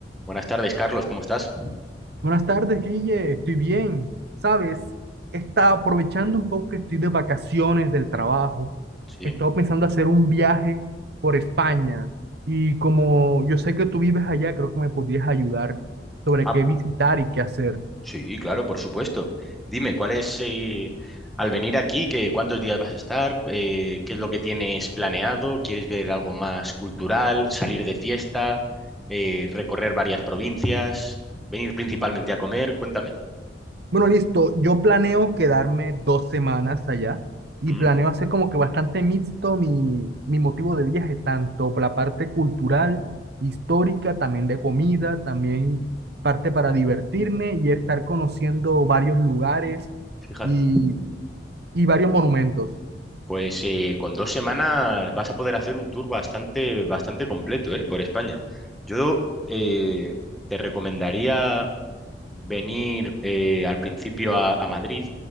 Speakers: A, in the centre; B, on the right (about 60°).
A: Buenas tardes, Carlos, ¿cómo estás?
B: Buenas tardes, Guille. Estoy bien. ¿Sabes? Está aprovechando un poco que estoy de vacaciones del trabajo.
A: Sí.
B: He estado pensando hacer un viaje por España. Y como yo sé que tú vives allá, creo que me podrías ayudar sobre
A: Ah,
B: qué visitar y qué hacer.
A: sí, claro, por supuesto. Dime, ¿cuál es, eh, al venir aquí, que, cuántos días vas a estar? Eh, ¿qué es lo que tienes planeado? ¿Quieres ver algo más cultural, salir de fiesta, eh, recorrer varias provincias, venir principalmente a comer? Cuéntame.
B: Bueno, listo. Yo planeo quedarme dos semanas allá y
A: Mm,
B: planeo hacer como que bastante mixto mi, mi motivo de viaje, tanto por la parte cultural, histórica, también de comida, también parte para divertirme y estar conociendo varios lugares
A: Fíjate.
B: y, y varios monumentos.
A: Pues eh, con dos semanas vas a poder hacer un tour bastante, bastante completo, eh, por España. Yo eh, te recomendaría venir eh, al principio a, a Madrid